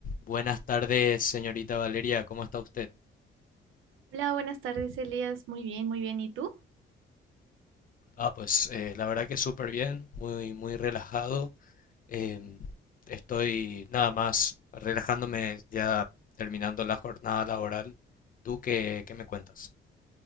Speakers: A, on the left; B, on the right.
A: Buenas tardes, señorita Valeria, ¿cómo está usted?
B: Hola, buenas tardes, Elías. Muy bien, muy bien. ¿Y tú?
A: Ah, pues eh, la verdad que súper bien, muy, muy relajado. Em, estoy nada más relajándome ya terminando la jornada laboral. ¿Tú qué, qué me cuentas?